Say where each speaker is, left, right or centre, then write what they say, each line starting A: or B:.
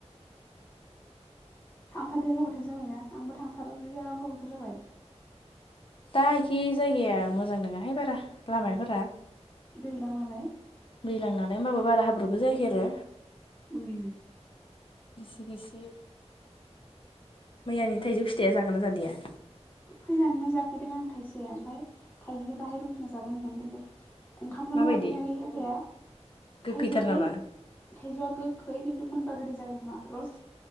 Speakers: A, on the left; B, on the left.
A: थांफादो गोबावथाय जाबायना आंबो थांथारैया गोबावथार जाबाय
B: दा एखे जायगाया मोजां नङाहाय बारा लामाफोरा
A: दैज्लां नालाय
B: दैज्लां नालाय होमबाबो बारा हाब्रुबो जायो खेरो
A: उम
B: गिसि गिसि मैयानि थाइजौ फिथाइया जागोन ना जादिया
A: फैनानैनो जाफैदों आं थाइसे ओमफ्राय थाइनैखौ दाहाय रुखिना जागोन होननानै दोनदों। ओंखामखौनो
B: माबायदि
A: अरनो हायाखै हाथाइआ
B: गोखैथार
A: थाइजौआलाय
B: नामा
A: थायजौआ गोखै खिन्थु मोनबा गोदै जागोन खोमा रस